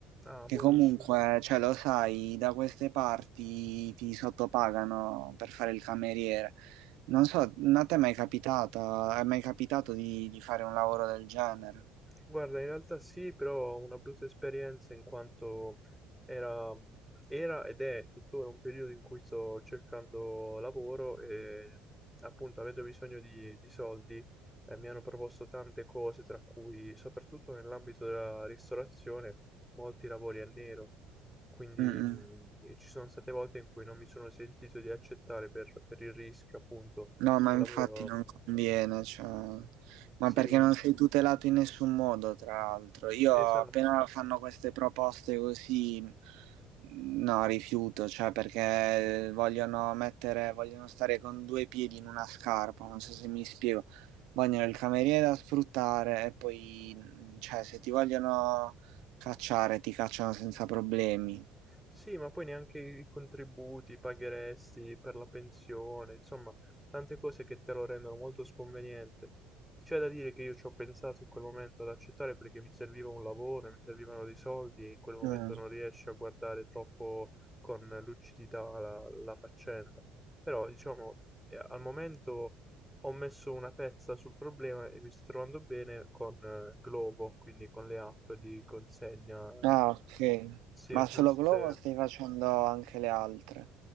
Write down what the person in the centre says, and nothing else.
Ah,
buonissimo.
Guarda, in realtà sì, però ho una brutta esperienza in quanto era, era ed è tuttora un periodo in cui sto cercando lavoro e appunto avendo bisogno di, di soldi eh, mi hanno proposto tante cose, tra cui soprattutto nell'ambito della ristorazione molti lavori a nero. Quindi
mh, e ci sono state volte in cui non mi sono sentito di accettare per, per il rischio, appunto,
un
lavoro...
Sì,
esatto.
Sì, ma poi neanche i contributi i pagheresti per la pensione, insomma, tante cose che te lo rendono molto sconveniente. C'è da dire che io ci ho pensato in quel momento ad accettare perché mi serviva un lavoro, mi servivano dei soldi e in quel momento
non riesci a guardare troppo con lucidità la, la faccenda. Però, diciamo, eh, al momento ho messo una pezza sul problema e mi sto trovando bene con eh, Glovo, quindi con le app di consegna
sì,
non so
se...